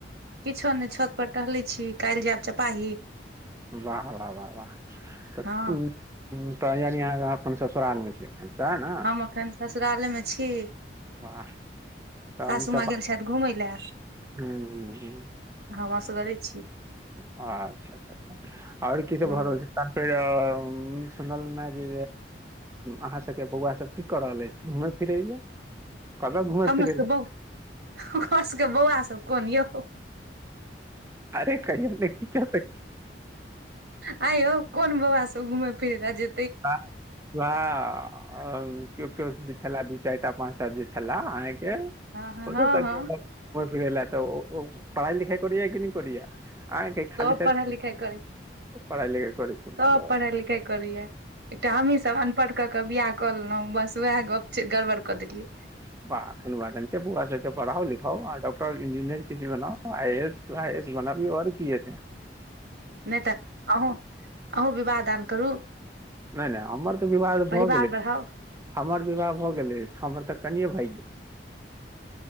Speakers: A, on the right; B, on the right.
A: किछो नहि छत पर टहलै छी काल्हि जायब चपाही
B: वाह वाह वाह वाहऽ
A: हँ
B: तऽ यानिहाँ अपन ससुरालमे छै सेने
A: हम एखन ससुराले मे छी
B: वाह त
A: सासू माँ
B: ह
A: गेल
B: ह
A: छथि घुमय लए
B: ह <unintelligible>
A: हम असगरे छी
B: अच्छा अच्छा ओर की सब
A: हूँ
B: भऽ रहल छै त फेर सुनल मे जे अहाँ सबके बौआ सब की क रहल अछि घूमै फिरैया कतऽ घुमै
A: हमर
B: फिरै
A: सबके
B: लए
A: बौआ हमर सबके बौआसब कोन यौ
B: अरे कहियौ ने किछो तऽ
A: आय यौ कोन बौआ सब घुमे फिरे ले जे
B: व वाह अ केओ केओ जे छ दू चारिटा पांच टा जे छलाह आंहे
A: हँ हँ
B: घुम
A: हँ हँ
B: फिरै लए तऽओ पढ़ाई लिखाई करिया कि नहि करिया आके खाली
A: सब
B: त
A: पढ़ाइ लिखाइ करै
B: पढ़ाई लिखाई करै छी <unintelligible>
A: सब पढ़ाइ लिखाइ करैया एकटा हमही सब अनपढ़ क कऽ के बियाह कऽ लेलहु बस उएह गप छै गड़बड़ कऽ देलियै
B: डॉक्टर कोनो बात नहि छै बौआ सबके पढ़ाउ लिखाउ आ इंजीनियर किसी बनाउ आइ एस आइ आ एस बनबीऔ ओर की हैतै
A: नहि तऽ अहूँ अहूँ विवाह दान करू
B: नहि नहि हमर तऽ विवाद
A: परिवार
B: भऽ गेलै
A: बढ़ाउ
B: हमर बिवाह भऽ गेलै हमर तऽ कनिए भाग गेलय